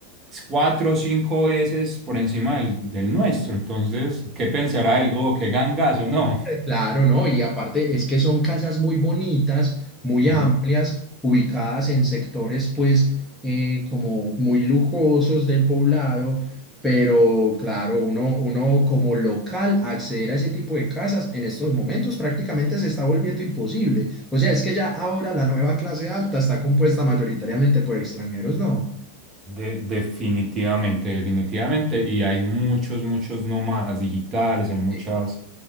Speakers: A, on the right (about 25°); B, in the centre.
A: cuatro o cinco veces por encima del, del nuestro. Entonces, ¿qué pensará él? Oh, qué gangazo, no.
B: Eh, Claro, ¿no? Y aparte es que son casas muy bonitas, muy
A: Ujú.
B: amplias, ubicadas en sectores pues eh, como muy lujosos del poblado, pero claro, uno, uno como local acceder a ese tipo de casas en estos momentos prácticamente se está volviendo imposible. O sea, es que ya ahora la nueva clase alta está compuesta mayoritariamente por extranjeros, ¿no?
A: De- definitivamente, definitivamente. Y hay muchos, muchos nómadas digitales, hay muchas
B: Sí.